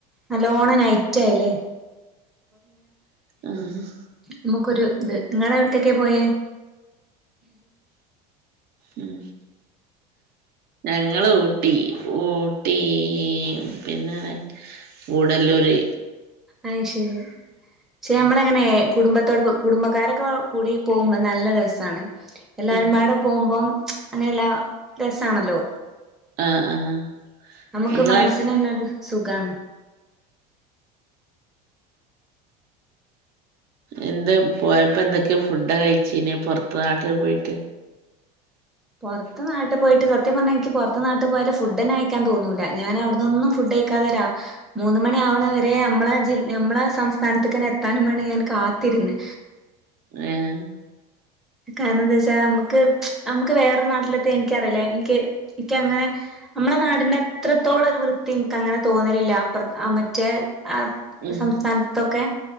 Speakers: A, in the centre; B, on the right.
A: നല്ലോണം നൈറ്റായില്ലേ
B: ഉം
A: നമുക്കൊരു ഇത് നിങ്ങളെ എവിടുകൊക്കെ പോയ
B: ഉം ഞങ്ങൾ ഊട്ടി ഊട്ടി പിന്നെടെ ഗൂഡല്ലൂര്
A: അയ് ശരി പക്ഷെ നമ്മള എങ്ങനെ കുടുംബത്തോട് കുടുംബക്കാരൊക്കെ കൂടി പോമ്പ, നല്ല രസാണ് എല്ലാവരും
B: ഉം
A: പാടെ പോകുമ്പോം അങ്ങനല്ലാ രസാണല്ലോ
B: ആഹ് ആഹ്
A: നമുക്ക്
B: നിങ്ങളെ
A: മനസ്സിനെന്നൊരു സുഖാണ്
B: എന്ത് പോയപ്പോ എന്തൊക്കെ ഫുഡാണ് കൈച്ചീനി പുറത്ത നാട്ടി പോയിട്ട്
A: പൊർത്തെ നാട്ട് പോയിട്ട് സത്യം പർഞ്ഞ ഇൻക്ക് പൊർത്ത് നാട്ട് പോയാല് ഫുഡ്ഡന്നെ കഴി ക്കാൻ തോന്നൂല ഞാൻ അവിടുനൊന്നും ഫുഡൈ ക്കാ തരാ മൂന്ന മണി ആവ്ണവരെ നമ്മളെ ജിൽ നമ്മളെ സംസ്ഥാനത്ത്ക്കെന്നെ എത്താനും വേണി ഞാൻ കാത്തിരുന്ന്
B: ഏഹ്
A: കാരണണം എന്താ വെച്ചാ നമ്മുക്ക് നമുക്ക് വേറൊരു നാട്ടില എത്തിയ എനിക്കറിയില്ലേ എനിക്ക് എനിക്ക അങ്ങനെ നമ്മളെ നാടിന്റെ അത്രത്തോളം ഒരു വൃത്തി എനിക്ക് അങ്ങനെ തോന്നലില്ല അ മറ്റേ ആഹ്
B: ഉം
A: സംസ്ഥാൻ താന തൊ ക്കെ